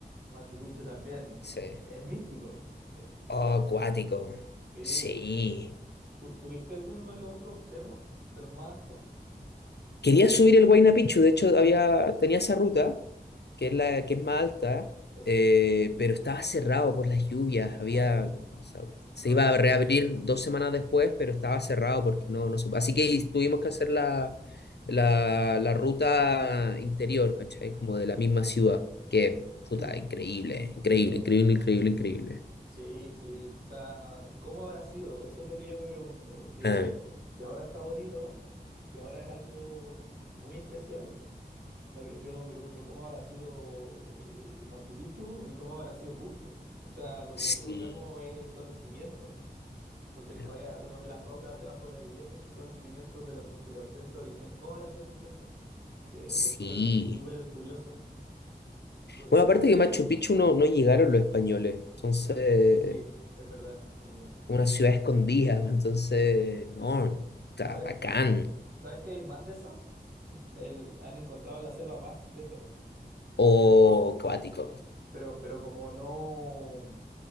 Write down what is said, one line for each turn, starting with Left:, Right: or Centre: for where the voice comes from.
Right: Machu Picchu también.
Left: Sí.
Right: e- Es, místico, es, es
Left: Oh,
Right: la cosa.
Left: acuático.
Right: Sí.
Left: Sí.
Right: Su- ¿Subiste alguno de los otros cerros, de los más altos?
Left: Quería subir el Huayna Picchu, de hecho había, tenía esa ruta, que es la que es más alta,
Right: Ese.
Left: eh, pero estaba cerrado por las lluvias. Había,
Right: Ah, sí.
Left: o sea, se
Right: No,
Left: iba
Right: sí,
Left: a reabrir dos semanas después, pero estaba cerrado porque no, no se- Así que tuvimos que hacer la, la, la ruta interior, ¿cachai? Como de la misma ciudad, que, puta,
Right: sí,
Left: increíble, increíble, increíble, increíble, increíble.
Right: sí. sí. O sea, ¿cómo habrá sido? Eso es lo que yo me pregunto, porque
Left: Ah,
Right: si ahora está bonito, si ahora es algo muy especial. me pre- yo me pregunto cómo habrá sido eh, Machu Picchu y cómo habrá sido Cusco. O sea, lo
Left: sí,
Right: que nosotros vemos es- son los cimientos, porque
Left: claro,
Right: todavía uno ve las rocas debajo de las iglesias que son los cimientos de los, de los templos originales. ¿Cómo habrán sido esos templos? Eh,
Left: sí.
Right: es súper, súper curioso. Súper...
Left: Bueno, aparte que Machu Picchu no, no llegaron los españoles, entonces
Right: Sí, es verdad, es verdad.
Left: como
Right: L-
Left: una ciudad escondida, <laughs> entonces, no, está
Right: ¿Y sabes,
Left: bacán.
Right: sabes que hay más de esas? El- han encontrado en la selva más de esas.
Left: O
Right: Pero,
Left: cuático.
Right: pero, pero como no.